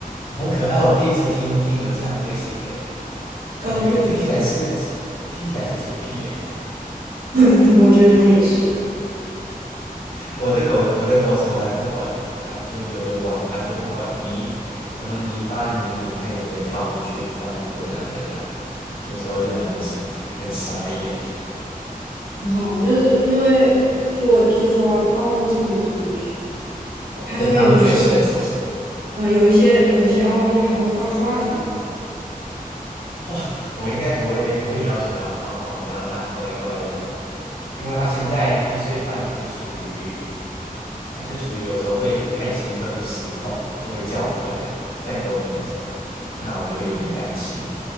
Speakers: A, on the left; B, on the right.
A: 好可爱，我第一次听听有这样个性的耶，感觉听起来是
B: 高贵的屁股
A: 听起来是洁癖耶。
B: <laughs> 我觉得它也是
A: 我的狗，我的狗从来不管了，它就有的玩，它就不管泥什么泥巴泥泞，它也直接跳进去翻滚啊，怎样？有时候真的很很傻眼。
B: 挺好的，就是因为就我听说奥牧特别聪明，我看到有一些
A: 对他们确实很宠，
B: 啊、呃有一些有一些奥牧还会画画什么的，
A: 画，<laughs> 我应该不会不会要求它画画，只要它乖乖的，因为它现在一岁半，还是处于还是处于有时候会太兴奋会失控，就会叫不回来，在公园的时候，那我就会有点担心。